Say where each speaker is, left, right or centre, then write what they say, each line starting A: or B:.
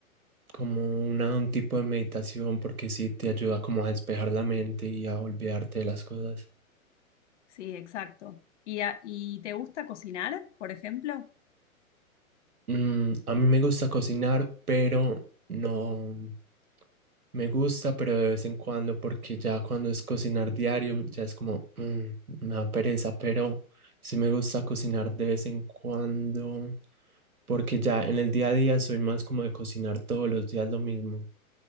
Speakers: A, on the right; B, on the left.
A: como una- un tipo de meditación, porque sí te ayuda como a despejar la mente y a olvidarte de las cosas.
B: Sí, exacto. ¿Y, a- y te gusta cocinar, por ejemplo?
A: Mm, a mí me gusta cocinar, pero no me gusta, pero de vez en cuando, porque ya cuando es cocinar diario, ya es como mm, me da pereza, pero sí me gusta cocinar de vez en cuando, porque ya en el día a día soy más como de cocinar todos los días lo mismo.